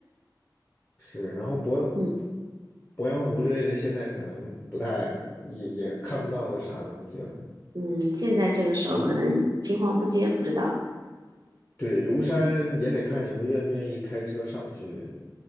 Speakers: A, on the left; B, on the right.
A: 是，然后鄱
B: 嗯。
A: 鄱阳湖之类的，现在可能不太也也看不到个啥东西了。
B: 嗯，现在这个时候可能青黄不接，
A: 庐，
B: 不知道。
A: 对，庐山也得看你们愿不愿意开车上去，